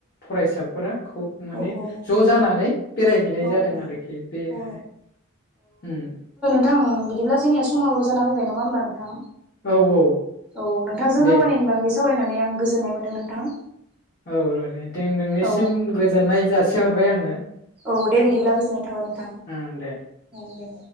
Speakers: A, on the left; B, in the centre.
A: फरायसाफोरा खौ माने
B: औ औ
A: ज' जानानै बेरायहैनाय
B: औ
A: जादों
B: औ
A: आरोखि बेहाय।
B: औ
A: उम
B: थां बिदिब्ला जोंनिया समाबो जाना फैबाय नङा होमबा नोंथां?
A: औ औ
B: औ नोंथांजों
A: दे
B: दावबायनायनि बागै सावरायनानै आं गोजोननाय मोनदों नोंथां।
A: औ <unintelligible> नोंनिसिम
B: औ
A: गोजोननाय जा से हरबाय आङो।
B: औ दे बिदिब्ला गोजोननाय थाबाय नोंथां
A: ओं दे
B: औ दे।